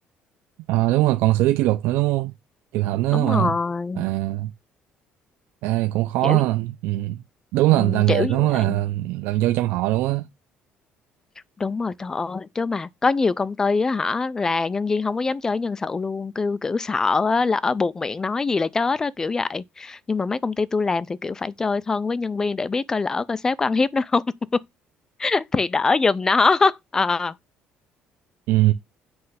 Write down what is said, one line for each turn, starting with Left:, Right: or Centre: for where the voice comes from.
Right: Ờ, đúng rồi còn xử lý kỷ luật nữa đúng không trường hợp nữa
Left: đúng
Right: mà
Left: rồi
Right: à Ê, cũng khó
Left: kiểu
Right: ha. Ừ. Đúng
Left: ừ,
Right: là là nghề
Left: kiểu
Right: nó
Left: gì vậy?
Right: là làm dâu trong họ đúng á.
Left: đúng rồi trời ơi chứ mà có nhiều công ty á hả là nhân viên không có dám chơi với nhân sự luôn kêu kiểu sợ á lỡ buột miệng nói gì là chết á kiểu vậy nhưng mà mấy công ty tôi làm thì kiểu phải chơi thân với nhân viên để biết coi lỡ coi sếp có ăn hiếp nó không <laughs> thì đỡ giùm nó <laughs> Ờ.
Right: Ừ.